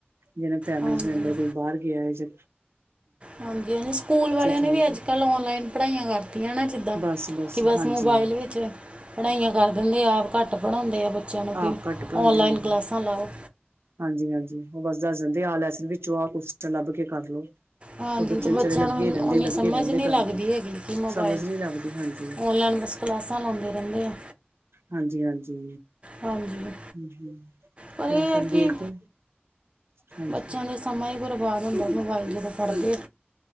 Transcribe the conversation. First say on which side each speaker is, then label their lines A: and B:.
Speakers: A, on the right; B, on the right.
A: ਜਿਹੜਾ ਫੈਮਿਲੀ
B: ਹਾਂਜੀ
A: 'ਚ ਮੈਂਬਰ ਕੋਈ ਬਾਹਰ ਗਿਆ ਜਾ
B: ਹਾਂਜੀ-ਹਾਂਜੀ ਸਕੂਲ ਵਾਲਿਆਂ ਨੇ
A: ਠੀਕ
B: ਵੀ ਅੱਜ-ਕੱਲ੍ਹ
A: ਹੈ
B: ਔਨਲਾਈਨ ਪੜ੍ਹਾਈਆਂ ਕਰਤੀਆਂ ਨਾ। ਜਿੱਦਾਂ,
A: ਬਸ
B: ਕੀ ਬਸ
A: ਹਾਂਜੀ
B: ਮੋਬਾਇਲ ਵਿੱਚ ਪੜ੍ਹਾਈਆਂ ਕਰ ਦਿੰਦੇ। ਆਪ ਘੱਟ ਪੜ੍ਹਾਉਂਦੇ ਆ ਬੱਚਿਆਂ ਨੂੰ, ਪੀ
A: ਆਪ ਘੱਟ ਪੜ੍ਹਾਉਂਦੇ
B: ਔਨਲਾਈਨ
A: ਹਾਂਜੀ
B: ਕਲਾਸਾਂ ਲਾਓ।
A: ਹਾਂਜੀ-ਹਾਂਜੀ, ਉਹ ਬਸ ਦੱਸ ਦਿੰਦੇ ਆ ਲੈਸਨ ਵਿੱਚੋਂ ਆ ਕੋਸਟਨ ਲੱਭ ਕੇ ਕਰ ਲੋ।
B: ਹਾਂਜੀ
A: ਬੱਚੇ
B: ਤੇ
A: ਵਿਚਾਰੇ
B: ਬੱਚਿਆਂ
A: ਲੱਗੇ
B: ਨੂੰ
A: ਰਹਿੰਦੇ
B: ਓਨੀ
A: ਲੱਗੇ
B: ਸਮਝ
A: ਰਹਿੰਦੇ
B: ਨੀ
A: ਘਰਾਂ
B: ਲੱਗਦੀ ਹੈਗੀ ਕਿ ਮੋਬਾਇਲ,
A: ਸਮਝ ਨੀ ਲੱਗਦੀ ਹਾਂਜੀ।
B: ਓਨਲੈਨ ਬਸ ਕਲਾਸਾਂ ਲਾਉਂਦੇ ਰਹਿੰਦੇ ਆਂ।
A: ਹਾਂਜੀ-ਹਾਂਜੀ।
B: ਹਾਂਜੀ,
A: ਹੂੰ-ਹੂੰ
B: ਪਰ
A: ਕਲਾਸਾਂ
B: ਇਹ ਐ ਕਿ
A: ਦੇਖਦੇ ਹਾਂਜੀ।
B: ਬੱਚਿਆਂ ਦਾ ਸਮਾਂ ਈ ਬਰਬਾਦ ਹੁੰਦਾ ਮੋਬਾਇਲ ਜਦੋਂ ਫੜ੍ਹਦੇ ਆ।